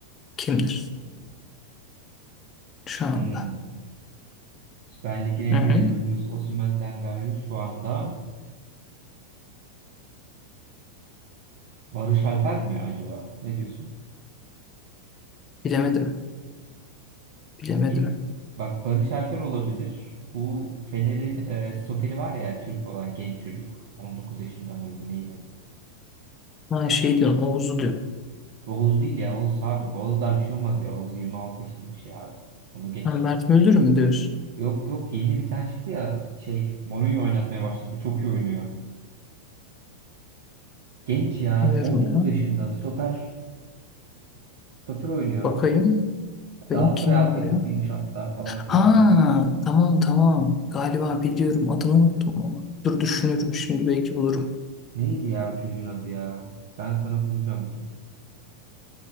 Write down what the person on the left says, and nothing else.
kimdir şu anda?
Hı hı.
Bilemedim. Bilemedim.
Ha şey diyorsun Oğuz'u diyor.
Ha, Mert Müldür mü diyorsun?
Bilmiyorum
ya.
Bakayım.
Benim kim
var ya?
Ha tamam tamam. Galiba biliyorum adını unuttum ama. Dur düşünürüm şimdi belki bulurum.